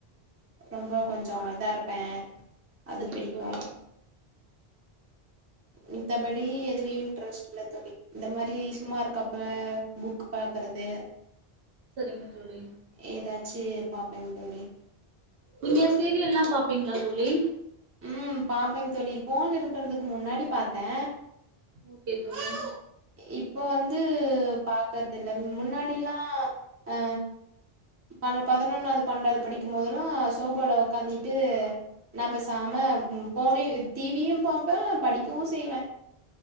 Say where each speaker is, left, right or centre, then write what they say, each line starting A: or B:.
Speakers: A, on the right (about 15°); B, on the right (about 70°).
A: ரொம்ப கொஞ்சோ இதா இருப்பே. அது
B: சரிங்க
A: பிடிக்கு.
B: தோழி
A: மித்தப்படி எதுலயு இன்ட்ரெஸ்ட் இல்ல தோழி இந்த மாரி சும்மா இருக்கப்ப புக்கு பாக்கறது
B: சரிங்க தோழி.
A: ஏதாச்சு பாப்பேங் தோழி
B: நீங்க சீரியல்லா பாப்பீங்களா தோழி
A: ம் பாப்பேங் தோழி, போன் இருக்கறதுக்கு முன்னாடி பாத்தே.
B: ஓகே தோழி‌.
A: இப்போ வந்து பாக்கற்து இல்ல, முன்னாடி லாம் அ பன பதனொன்னாது, பன்டாது படிக்கும் போதெல்லாம் சோபால உக்காந்திட்டு நா பெசாம போனு டிவியும் பாப்பே, படிக்கவும் செய்வே.